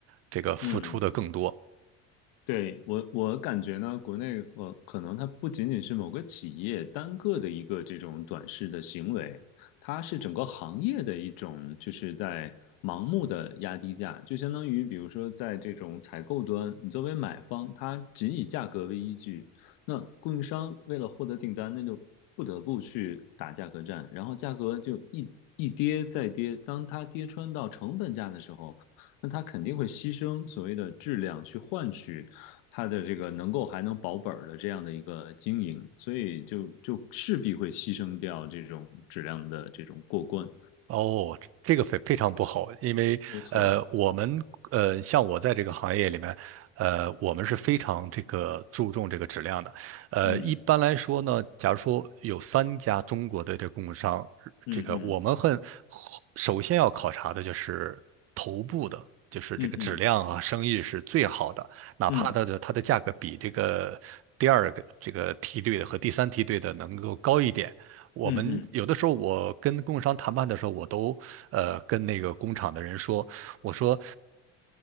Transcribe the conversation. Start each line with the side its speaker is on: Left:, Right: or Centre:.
Right: 这个付出的更多。
Left: 嗯。对，我我感觉呢，国内和可能它不仅仅是某个企业单个的一个这种短视的行为，它是整个行业的一种，就是在盲目的压低价，就相当于比如说在这种采购端，你作为买方，它仅以价格为依据，那供应商为了获得订单，那就不得不去打价格战，然后价格就一一跌再跌，当它跌穿到成本价的时候，那它肯定会牺牲所谓的质量去换取。它的这个能够还能保本的这样的一个经营，所以就就势必会牺牲掉这种质量的这种过关。
Right: 哦，这这个非非常不好，因为呃，
Left: 没错，
Right: 我们呃，像我在这个行业里面，呃，我们是非常这个注重这个质量的。呃，
Left: 嗯
Right: 一般来说呢，假如说有三家中国的这个供应商，
Left: 嗯嗯
Right: 这个我们很首先要考察的就是头部的，就是这个质量啊，
Left: 嗯嗯
Right: 生意是最好的，哪怕它的它的价格比这个第二个这个梯队的和第三梯队的能够高一点。
Left: 嗯
Right: 我们有的时候，
Left: 嗯嗯，
Right: 我跟供应商谈判的时候，我都呃跟那个工厂的人说，我说